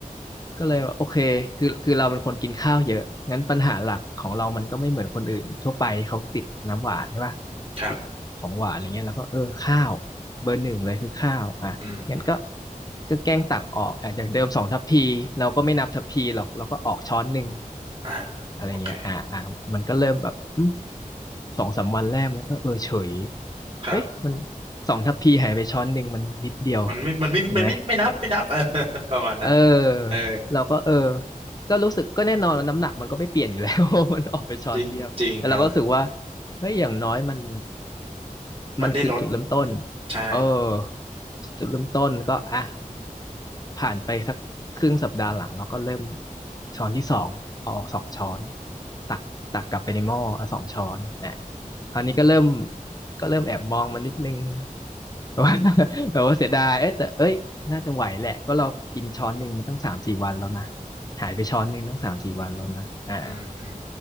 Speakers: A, on the left; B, on the right.
A: ก็เลยว่าโอเคคือคือเราเป็นคนกินข้าวเยอะงั้นปัญหาหลักของเรามันก็ไม่เหมือนคนอื่นทั่วไปเขาติดน้ำหวานใช่ป่ะ
B: ครับ
A: ติดของหวานอะไรเงี้ยแล้วก็เออข้าว เบอร์หนึ่งเลยคือข้าวอ่ะงั้นก็
B: อืมอม
A: ก็แกล้งตักออกอ่ะจากเดิมสองทัพพีเราก็ไม่นับทัพพีหรอกเราก็ออกช้อนหนึ่ง
B: อ่า
A: อะไรเงี้ยอ่าอ่ามันก็เริ่มแบบอืม
B: โอเค
A: สองสามวันแรกมันก็เออเฉย
B: ครับ
A: เอ้ยมันสองทัพพีหายไปช้อนหนึ่งมันนิดเดียว
B: มันไม่มันไม่มันไม่ไม่นับไม่นับ
A: ถูกไหม
B: <laughs> เออ <laughs> ประมาณนั้น
A: เออเราก็เออ
B: เออ
A: ก็รู้สึกก็แน่นอนว่าน้ำหนักมันก็ไม่เปลี่ยนอยู่แล้ว <laughs> มันออกไปช้อนเดียวแต่เราก็รู้สึกว่า
B: จริงจริงครับ
A: เฮ้ยอย่างน้อยมัน
B: มันได้ลด
A: มันคือจุดเริ่มต้น
B: ใช่
A: เออจุดเริ่มต้นก็อ่ะผ่านไปสักครึ่งสัปดาห์หลังเราก็เริ่มช้อนที่สองเอาออกสองช้อนตักตักกลับไปในหม้ออ่ะสองช้อนอ่ะคราวนี้ก็เริ่มก็เริ่มแอบมองมันนิดนึง <laughs> แบบว่าแบบว่าเสียดายเอ๊ะแต่เอ้ยน่าจะไหวแหละ ก็เรากินช้อนหนึ่งมันตั้งสามสี่วันแล้วนะ หายไปช้อนหนึ่งตั้งสามสี่วันแล้วนะอ่า
B: อืม